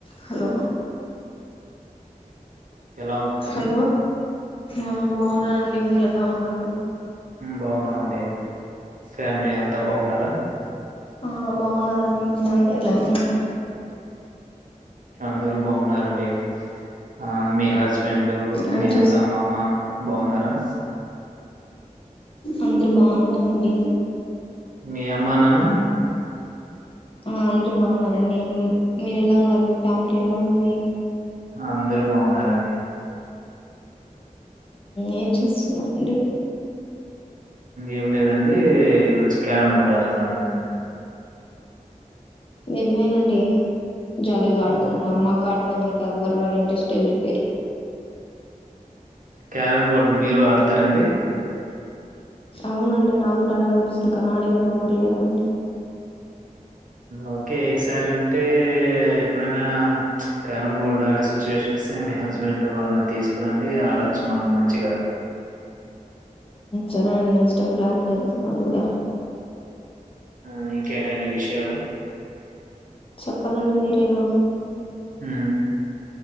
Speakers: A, on the left; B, on the right.
A: హలో
B: హలో ఎలా ఉన్నారండి
A: హలో ఆ బాగున్నా అండి మీరు ఎలా ఉన్నారు
B: బాగున్నామండి ఫ్యామిలీ అంతా బాగున్నారా రా
A: ఆ బాగున్నరండి మీ ఫ్యామిలీ ఎలా ఉన్నారు
B: అందరూ బాగున్నారండి ఆ మీ హస్బెండ్
A: ఏం
B: మీ
A: చూస్
B: అత్త మామ బాగున్నారా
A: అందరు బాగున్నారండీ
B: మీ అమ్మ నాన్న
A: ఆ అందరు బాగున్నారండి మీరు ఎలా ఉన్నారు మీ ఫ్యామిలీ ఎలా ఉంది
B: అందరు బాగున్నారండీ
A: ఏం చేస్తున్నారండి
B: ఏమి లేదండి వచ్చి క్యారం బోర్డు ఆడుతున్నానండి
A: నిర్మేనండి జాలీగా ఆడుకుంటున్నారు
B: మ్మ్
A: మాకాడు కోడానికి ఎవ్వరు ఇంట్రెస్ట్ చూపియ్యరు
B: క్యారం బోర్డు మీరు ఆడతారండి
A: అవునండి నాక్కూడా ఆడాలి అనిపిస్తుంది కానీ ఆడే వాళ్ళు ఎవరూ లేరండి
B: ఓకే ఈసారి ఉంటే ఎప్పుడైనా క్యారం బోర్డు ఆడే సిచ్యువేషన్ వస్తే మీ హస్బెండ్ వాళ్ళని తీసుకురండి ఆడచ్చు మనం మంచిగ
A: సరే అండి నెక్స్ట్ టైమ్ ప్లాన్ చేద్దాం మనం కూడా
B: ఆ ఇంకేటండి విషయాలు
A: చెప్పాలండి మీరేను
B: హ